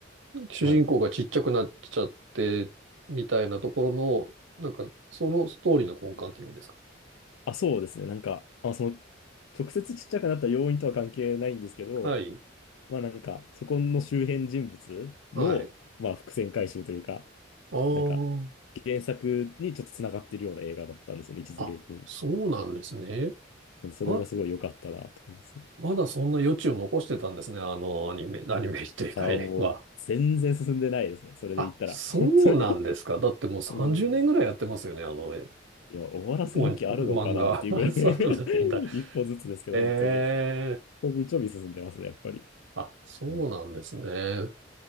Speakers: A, on the right; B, on the left.
A: 主人公がちっちゃくなっちゃって、
B: はい。
A: みたいなところの、なんか、そのストーリーの根幹っていう意味ですか
B: あ、そうですね。なんか、あ、その、直接ちっちゃくなった要因とは関係ないんですけど、
A: はい。
B: まあなんか、そこの周辺人物の、
A: はい。
B: まあ伏線回収というか、
A: あ
B: なんか、原作にちょっと繋がってるような映画だったんですよね、位置づけ的に。
A: あ、あ、そうなんですね。
B: それがすごい良かったなって感じですね。
A: ま、まだそんな余地を残してたんですね。あの、アニメ、アニメというか映画。
B: あ、もう、全然進んでないですね。それで言ったら、
A: あ、そうなんですか。
B: 本当に。
A: だってもう30年ぐらいやってますよね。
B: <laughs> もう
A: あの、え
B: いや、終わらせる気あるのかなっていうぐらい
A: お漫画。<laughs> そうなんだ。
B: <laughs> 一歩ずつですけど、
A: ええ
B: 本当に。ちょびちょび進んでますね、やっぱり。
A: あ、そうなんですね。
B: うん